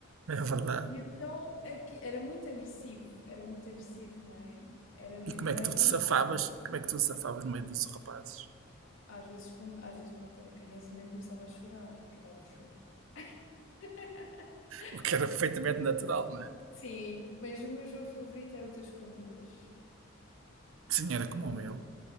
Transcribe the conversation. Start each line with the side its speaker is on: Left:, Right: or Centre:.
Right: É verdade.
Left: E então aqui- era muito agressivo, era muito agressivo, não é? Era, não
Right: E como é que
Left: era
Right: tu
Left: brincar.
Right: te safavas? Como é que tu te safavas no meio dos rapazes?
Left: Às vezes, como, às vezes, pronto, era criança, nem começava a chorar e acabava o jogo. <laughs>
Right: O que era perfeitamente natural, não é?
Left: Sim, mas o meu jogo favorito era o das escondidas.
Right: Sim, era
Left: Era,
Right: como o meu.